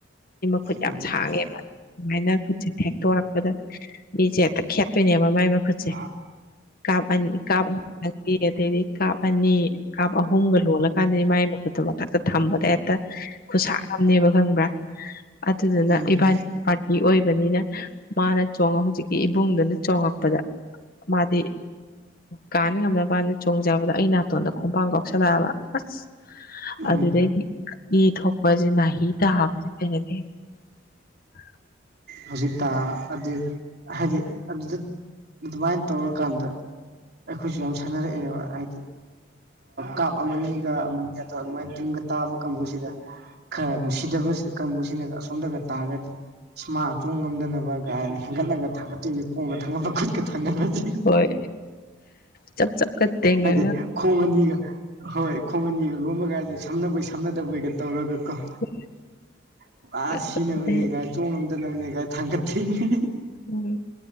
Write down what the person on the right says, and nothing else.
ꯎꯝ
ꯑ
ꯎꯝ ꯎꯝ
ꯎꯝ
ꯍꯧꯖꯤꯇꯥ ꯑꯗꯨ ꯍꯥꯏꯗꯤ ꯑꯗꯨꯗ ꯑꯗꯨꯃꯥꯏꯅ ꯇꯧꯔꯀꯥꯟꯗ ꯑꯩꯈꯣꯏꯁꯨ ꯌꯥꯝ ꯁꯥꯟꯅꯔꯛꯑꯦꯕ ꯍꯥꯏꯗꯤ ꯀꯥꯞ ꯑꯃꯅꯤꯒ ꯑꯃꯅꯤꯒ ꯑꯗꯨꯃꯥꯏꯅ ꯇꯤꯡꯒ ꯇꯥꯕ ꯀꯥꯡꯕꯨꯁꯤꯗ ꯈꯔ ꯅꯨꯡꯁꯤꯗꯕ ꯀꯥꯡꯕꯨꯁꯤꯅꯒ ꯑꯁꯣꯝꯗꯒ ꯇꯥꯔꯒꯗꯤ ꯏꯁꯃꯥ ꯆꯣꯡ ꯉꯝꯗꯅꯕ ꯀꯥꯏꯅ ꯍꯦꯟꯒꯠꯂꯒ ꯊꯥꯡꯒꯠꯇꯣꯏꯅꯦ ꯈꯣꯡꯒ ꯊꯥꯡꯒꯠꯄ ꯈꯨꯠꯀ ꯊꯥꯡꯒꯠꯄꯁꯦ
ꯍꯥꯏꯗꯤ ꯈꯣꯡ ꯑꯅꯤꯒ ꯍꯣꯏ ꯈꯣꯡ ꯑꯅꯤꯒ ꯂꯣꯃꯒꯥꯏꯗꯦ ꯁꯝꯅꯅꯕꯣꯏ ꯁꯝꯅꯗꯕꯣꯏꯒ ꯇꯧꯔꯒ ꯀꯣ
ꯄꯨꯔꯥ ꯁꯤꯅꯕꯅꯦꯒꯥꯏ
ꯆꯣꯡꯉꯝꯗꯅꯕꯅꯦꯒꯥꯏ ꯊꯥꯡꯒꯠ ꯊꯦꯡꯅꯤ